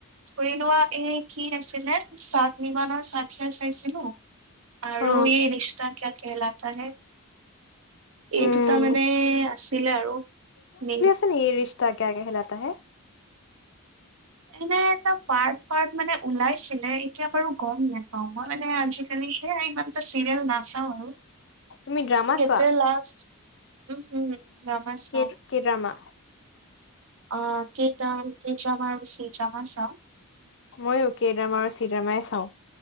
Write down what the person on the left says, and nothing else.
অ
উম
যে ৰিচতা কিয়া কেহলাতা হে।
তুমি ড্ৰামা চোৱা
কে কেদামা
মইও কেদামা আৰু চিদামাই চাওঁ